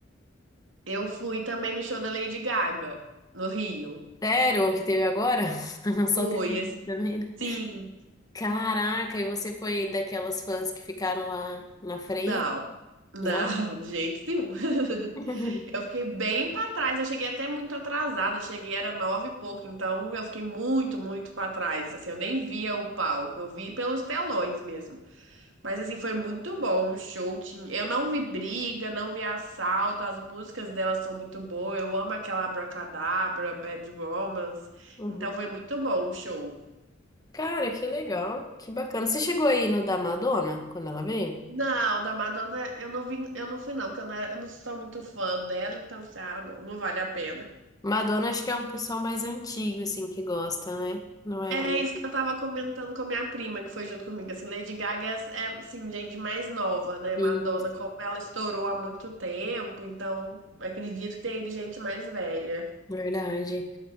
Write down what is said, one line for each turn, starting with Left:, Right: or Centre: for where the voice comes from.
Right: Eu fui também no show da Lady Gaga, no Rio.
Left: Sério, o que teve agora? <laughs> Só
Right: Fui,
Left: teve
Right: assim.
Left: isso também, né? Caraca, e você foi daquelas fãs que ficaram lá na frente?
Right: Não, não,
Left: Não?
Right: de jeito nenhum. <laughs>
Left: <laughs>
Right: Eu fiquei bem pra trás, eu cheguei até muito atrasada, cheguei era nove e pouco, então eu fiquei muito, muito pra trás. Assim, eu nem via o palco, eu vi pelos telões mesmo. Mas assim, foi muito bom o show. tinha- Eu não vi briga, não vi assalto, as músicas delas são muito boas. Eu amo aquela Abracadabra, Bad Romance.
Left: Uhum.
Right: Então foi muito bom o show.
Left: Cara, que legal, que bacana. Você chegou aí no da Madonna, quando ela veio?
Right: Não, da Madonna eu não vim, eu não fui não, porque eu não, era- eu não sou muito fã dela, então eu falei, ah, não, não vale a pena.
Left: Madonna acho que é um pessoal mais antigo, assim, que gosta, né? Não é
Right: É
Left: muito...
Right: isso que eu tava comentando com a minha prima, que foi junto comigo, assim, Lady Gaga é, é, assim, gente mais nova, né?
Left: Isso,
Right: Madonna, como ela estourou há muito tempo, então acredito que tenha ido gente mais velha.
Left: verdade.